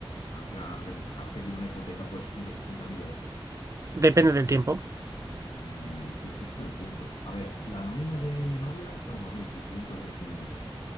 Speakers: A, on the left; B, on the right.
A: en plan, de- o sea, pedir una hipoteca por esos 160.000 euros?
B: Depende del tiempo.
A: Mm, es que aquí está el punto. A ver, la nómina de mi novia está a unos mil 1.500.